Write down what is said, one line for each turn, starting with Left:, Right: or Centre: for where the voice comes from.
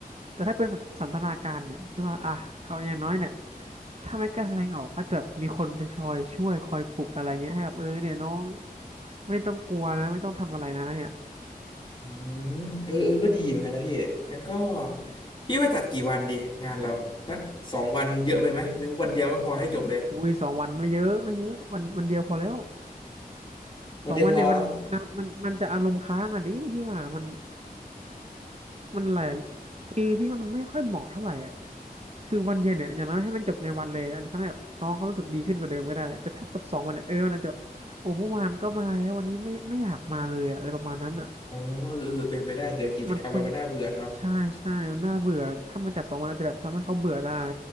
Right: แต่ถ้าเป็นสันสันทนาการเนี่ยพี่ว่าอ่ะเอาอย่างน้อยเนี่ยถ้าไม่กล้าแสดงออกก็จะแบบมีคนไปชอยช่วยคอยปลุกอะไรเงี้ยให้แบบเออเนี่ยน้องไม่ต้องกลัวนะไม่ต้องทำอะไรนะเนี่ย
Left: อืมเออเออก็ดีเหมือนกันนะพี่งั้นก็พี่ว่าจัดกี่วันดีงานเราสักสองวันเยอะไปไหมหรือวันเดียวก็พอให้จบเลย
Right: อุ้ยสองวันไม่เยอะไม่เยอะวันวันเดียวพอแล้ว
Left: วันเดียวพอเนาะ
Right: สองวันเนี่ยมันอ่ะมันมันจะอารมณ์ค้างอ่ะดิพี่ว่ามันมันหลายทีพี่ว่ามันไม่ค่อยเหมาะเท่าไหร่อ่ะคือวันเดียวเนี่ยอย่างน้อยให้มันจบในวันเลยอาจจะทำให้แบบน้องเขารู้สึกดีขึ้นกว่าเดิมก็ได้แต่ถ้าจบสองวันเนี่ยเออมันอาจจะแบบโอ้เมื่อวานก็มาแล้ววันนี้ไม่ไม่อยากมาเลยอะอะไรประมาณนั้นอ่ะ
Left: อ๋อเออเออเป็นไปได้เคยกิจกรรมเรามันน่าเบื่อเนาะ
Right: มันควรใช่ใช่มันน่าเบื่อถ้ามันจัดสองวันอาจจะแบบทำให้เขาเบื่อได้